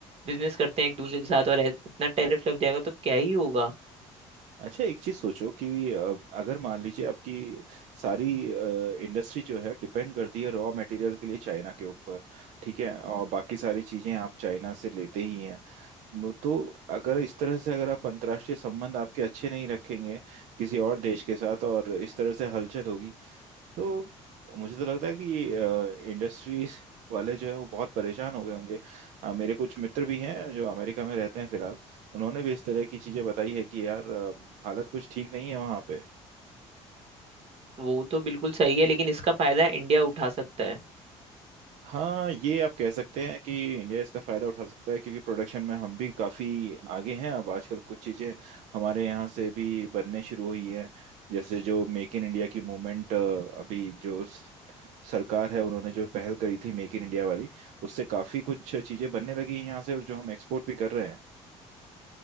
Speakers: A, on the right (about 50°); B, on the right (about 70°).
A: बिजनेस करते हैं एक दूसरे के साथ और ऐ- इतना टैरिफ लग जाएगा तो क्या ही होगा
B: अच्छा एक चीज सोचो कि अ, अगर मान लीजिए आपकी सारी इंडस्ट्री जो है डिपेंड करती है रॉ मटेरियल के लिए चाइना के ऊपर ठीक है और बाकी सारी चीजें आप चाइना से लेते ही हैं मु- तो अगर इस तरह से अगर आप अंतर्राष्ट्रीय संबंध आपके अच्छे नहीं रखेंगे किसी और देश के साथ और इस तरह से हलचल होगी तो मुझे तो लगता है कि इंडस्ट्रीज वाले जो है वो बहुत परेशान हो गए होंगे अ, मेरे कुछ मित्र भी हैं जो अमेरिका में रहते हैं फिलहाल उन्होंने भी इस तरह की चीजें बताई है कि यार अ, हालत कुछ ठीक नहीं है वहाँ पे
A: वो तो बिल्कुल सही है लेकिन इसका फायदा इंडिया उठा सकता है
B: हाँ ये आप कह सकते हैं कि इंडिया इसका फायदा उठा सकता है क्योंकि प्रोडक्शन में हम भी काफी आगे हैं अब आजकल कुछ चीजें हमारे यहाँ से भी बनने शुरू हुई हैं जैसे जो मेक इन इंडिया की मूवमेंट अभी जो स- सरकार है उन्होंने जो पहल करी थी मेक इन इंडिया वाली उससे काफी कुछ चीजें बनने लगी हैं यहाँ से और जो हम एक्सपोर्ट भी कर रहे हैं